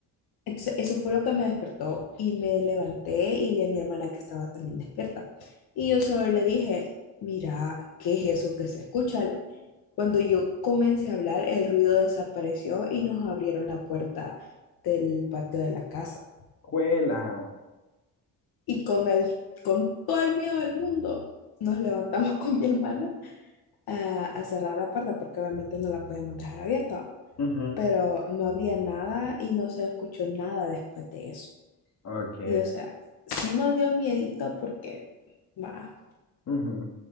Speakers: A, on the left; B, on the left.
A: Entonces, eso fue lo que me despertó y me levanté y vi a mi hermana que estaba también despierta. Y yo solo le dije, mira, ¿qué es eso que se escucha? Le- Cuando yo comencé a hablar, el ruido desapareció y nos abrieron la puerta del patio de la casa.
B: Cuela.
A: Y con el, con todo el miedo del mundo, nos levantamos <laughs> con mi hermana a, a cerrar la puerta porque obviamente no la podemos dejar abierta.
B: Ujú.
A: Pero no había nada y no se escuchó nada después de eso.
B: Ok.
A: Y o sea, sí nos dio miedito porque, va.
B: Ujú.